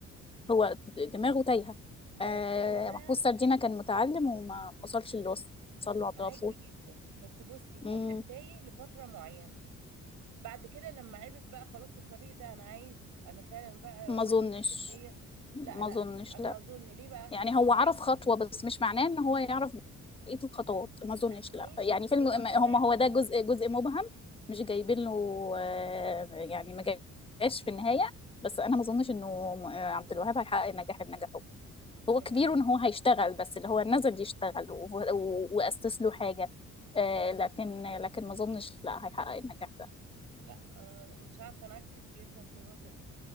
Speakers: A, on the left; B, on the right.
A: هو دماغه تايهه
B: ده
A: آه
B: تايهة ده
A: محفوظ سردينة كان متعلم وما وصلش اللي وصل له عبد
B: معاكي
A: الغفور
B: جدا بس بصي هو
A: مم،
B: كان تايه لفترة معينة بعد كده لما عرف بقى خلاص الطريق ده انا عايز انا فعلا بقى
A: ما
B: هو
A: اظنش
B: المناسب ليا
A: ما
B: لا لا
A: اظنش
B: انا
A: لا
B: اظن ليه بقى
A: يعني هو عرف
B: عايز
A: خطوة بس مش معناه ان هو يعرف بقية الخطوات ما اظنش
B: لا ماشي
A: لا يعني
B: بس
A: فيلم
B: هو طالع
A: هم هو
B: هم
A: ده جزء جزء مبهم مش جايبين له آه، يعني ما جاش في النهاية بس انا ما اظنش انه آه، عبد الوهاب هيحقق النجاح اللي نجحه هو
B: بالعكس
A: كبير ان هو هيشتغل بس اللي هو نزل يشتغل و- و- واسس له حاجة آه، لكن لكن ما اظنش لا هيحقق النجاح ده
B: لا أنا مش عارفة انا عكسك جدا في النقطة دي